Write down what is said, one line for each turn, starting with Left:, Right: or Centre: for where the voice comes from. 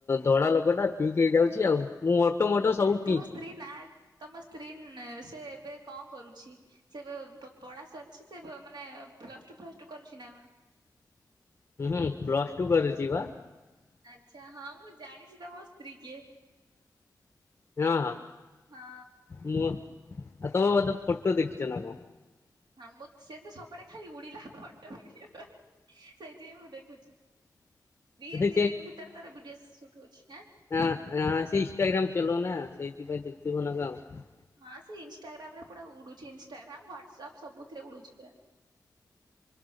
Left: ଦଳା ଲୋକଟା ଚୁପ୍ ହେଇଯାଉଚି ଆଉ ମୁଁ ମୋଟ
Right: ହଁ
Left: ମୋଟ ସବୁ
Right: ତମ
Left: ପିଙ୍କ୍।
Right: ସ୍ତ୍ରୀ ନା ତମ ସ୍ତ୍ରୀ ନେ ସେ ଏବେ କଣ କରୁଛି ସେ ବେ ପଢା ସରିଛି ସେ ମାନେ ପ୍ଲସ ଟୁ ଫ୍ଲସ ଟୁ କରୁଛି ନା କଣ? <unintelligible>
Left: ହୁଁ ହୁଁ ପ୍ଲସ ଟୁ କରିୁଚି ବା
Right: ଆଛା ହଁ ମୁଁ ଜାଣିଚି ତମ ସ୍ତ୍ରୀ କିଏ।
Left: ହଁ
Right: ହଁ।
Left: ମୁଁ ଆ ତମେ ବୋଧେ ଫଟୋ ଦେଖିଛ ନା କଣ?
Right: ହଁ ମୁଁ ସେ ତ ସବୁଆଡ଼େ ଖାଲି ଉଡ଼ିଲା ଫଟ ଭିଡ଼ିଓ କରି ସେଇ ମୁଁ ଦେଖୁଚି ଦିନ୍
Left: ସେ
Right: ଦି ଦିନି ଭିତରେ ତାର ଭିଡିଓ ସୁଟ୍ ହଉଛି ଆଁ।
Left: ହ ଅ ସେ ଇନଷ୍ଟାଗ୍ରାମ ଚଲୁଅନା ସେଇଥିପାଇଁ ଦେଖଥିବ ନା କଣ?
Right: ହଁ ସେ ଇନଷ୍ଟାଗ୍ରାମ ରେ ପୁରା ଉଡ଼ୁଛି ଇନଷ୍ଟାଗ୍ରାମ ହ୍ୱାଟସପ୍ ସବୁଥିରେ ଉଡ଼ୁଛି ପୁରା।